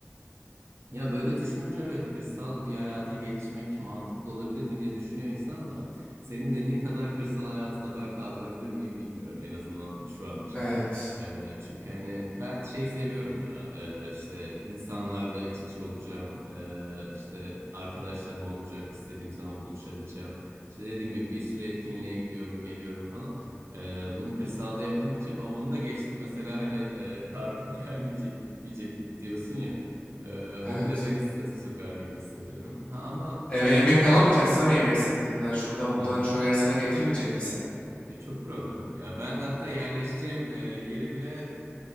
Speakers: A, on the right (about 70°); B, on the left (about 25°).
A: Yani böyle düşününce evet kırsal bir hayata geçmek mantıklı olabilir mi diye düşünüyor insan da senin dediğin kadar kırsal hayatı da ben kaldırabilir miyim bilmiyorum en azından şu an için.
B: evet,
A: Ee, çünkü hani ben şeyi seviyorum ya ee, işte insanlarla iç içe olacağım ee, işte arkadaşlarım olacak istediğim zaman buluşabileceğim işte dediğim gibi bir sürü etkinliğe gidiyorum geliyorum falan. Ee, bunu kırsalda yapamayacağım ama onu da geçtim mesela hani e, kargo <laughs> gelmeyecek gitmeyecek diyorsun ya. Ee, o
B: evet.
A: bile beni strese sokar gibi hissediyorum. Ha ama
B: Eve
A: atıyorum
B: yemek alamayacaksam yemek sepetinden şuradan
A: e,
B: buradan çoğu yer sana getirmeyecek mesela.
A: e, çok problem. Ya ben hatta yerleşeceğim e, yeri bile